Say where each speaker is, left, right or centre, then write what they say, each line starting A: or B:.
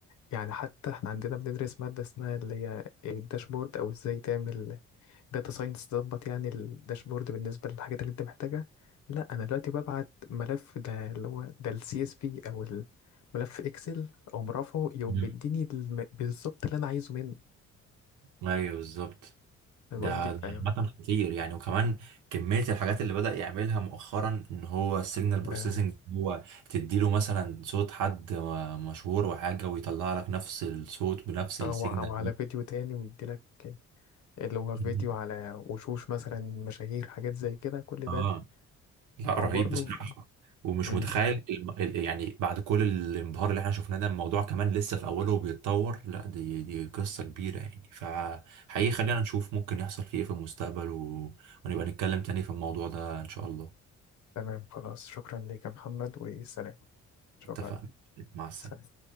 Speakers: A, on the left (about 70°); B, on the right (about 85°).
A: يعني حتى احنا عندنا بندرس مادة اسمها اللي هي الداشبورد او ازاي تعمل داتا ساينس تظبط يعني الداشبورد بالنسبة للحاجات اللي انت محتاجها لا انا دلوقتي ببعت ملف ده اللي هو ده السي اس في او الملف اكسل او مرافعه يقوم
B: امم
A: بيديني الم- بالظبط اللي انا عايزه منه
B: ايوه بالظبط
A: فاهم
B: ده
A: قصدي فاهم
B: ده عامة خطير يعني وكمان كمية الحاجات اللي بدأ يعملها مؤخرا ان هو السيجنال
A: ده
B: بروسيسنج هو تديله مثلا صوت حد م- مشهور وحاجة ويطلع لك نفس الصوت بنفس
A: او
B: السيجنال
A: او على فيديو تاني ويديلك اللي هو
B: <laughs>
A: فيديو على وشوش مثلا مشاهير حاجات زي كده كل
B: اه
A: ده
B: لا
A: هو
B: رهيب
A: برضه
B: بصراحة ومش
A: مم.
B: متخيل الم- ال- يعني بعد كل الانبهار اللي احنا شفناه ده الموضوع كمان لسه في اوله وبيتطور لا دي دي قصة كبيرة يعني فحقيقي خلينا نشوف ممكن يحصل فيه ايه في المستقبل و... ونبقى نتكلم تاني في الموضوع ده ان شاء الله
A: تمام خلاص شكرا ليك يا محمد وسلام شكرا
B: اتفقنا مع السلامة
A: سلام